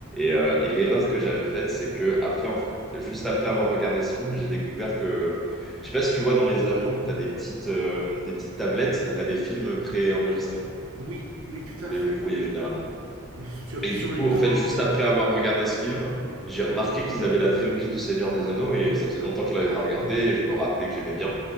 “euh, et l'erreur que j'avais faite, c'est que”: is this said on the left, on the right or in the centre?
Centre